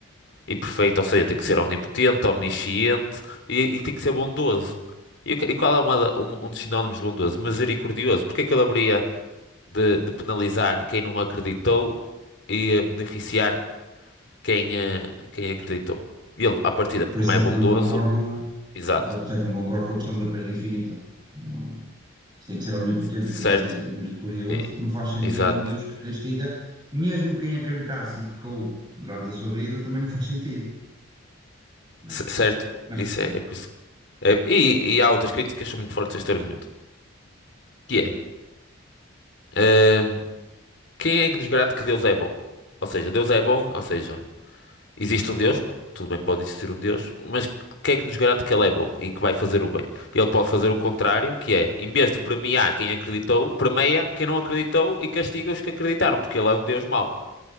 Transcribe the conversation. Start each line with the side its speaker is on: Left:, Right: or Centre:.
Left: e perfeito, ou seja, tem que ser omnipotente, omnisciente e, e tem que ser bondoso. E, o que- e qual é uma da- um, um dos sinónimos de bondoso? Misericordioso. Porque é que ele haveria de, de penalizar quem não acreditou e eh, beneficiar quem, eh, quem acreditou? E ele, à partida,
Right: Por
Left: como
Right: isso
Left: é
Right: é
Left: bondoso,
Right: que eu não concordo,
Left: exato,
Right: exato, por isso é que não concordo com a questão da perda infinita. Não, isto tem que ser omnipotente,
Left: certo?
Right: tem que ser misi- misericordioso.
Left: E-
Right: Não faz sentido
Left: Exato,
Right: um Deus que castiga, mesmo quem acreditasse e pecou durante a sua vida, também não faz sentido, não
Left: C-
Right: é?
Left: certo,
Right: Mas
Left: isso
Right: sim,
Left: é, é por isso. é- e, e há outras críticas que são muito fortes a este argumento, que é, ehm, quem é que nos garante que Deus é bom? Ou seja, Deus é bom, ou seja, existe um Deus, p- tudo bem, pode existir um Deus, mas quem é que nos garante que ele é bom e que vai fazer o bem? Ele pode fazer o contrário, que é, em vez de premiar quem acreditou, premia quem não acreditou e castiga os que acreditaram, porque ele é um Deus mau.